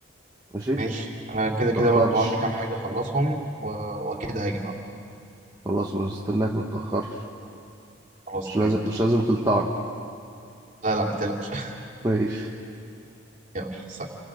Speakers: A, on the right (about 15°); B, on the right (about 35°).
A: ماشي
B: ماشي انا كده كده
A: متأخرش
B: برضو عندي كام حاجة اخلصهم و- واكيد هاجي النهارده
A: خلاص مستناك متأخرش
B: خلاص
A: مش
B: تمام
A: لازم مش
B: اتفقنا.
A: لازم تلطعني
B: لا لا ما تقلقش <laughs>
A: ماشي
B: يلا سلام